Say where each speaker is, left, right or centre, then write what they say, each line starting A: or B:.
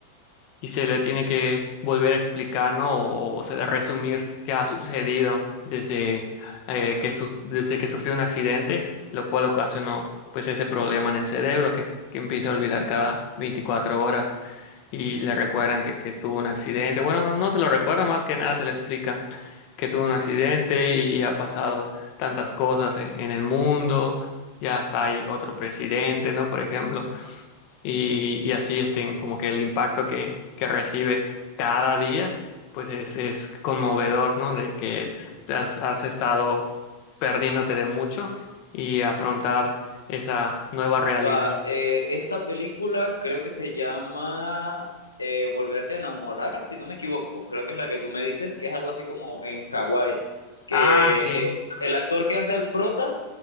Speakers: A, on the left; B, on the left.
A: y se le tiene que volver a explicar, ¿no? O, o se- resumir qué ha sucedido desde, eh, que su- desde que sufrió un accidente, lo cual ocasionó pues ese problema en el cerebro que, que empieza a olvidar cada veinticuatro horas y le recuerdan que, que tuvo un accidente. Bueno, no, no se lo recuerda, más que nada se le explican que tuvo un accidente y, ha pasado tantas cosas en, en el mundo. Ya está hay otro presidente, ¿no? Por ejemplo y, y así estén como que el impacto que, que recibe cada día, pues es, es conmovedor, ¿no? De que has, has estado perdiéndote de mucho y afrontar esa nueva realidad.
B: Va, eh, esa película creo que se llama eh, Volverte a enamorar, si no me equivoco. Creo que es la que tú me dices, que es algo así como en Hawái, que
A: Ah, sí.
B: eh, el actor que hace el prota,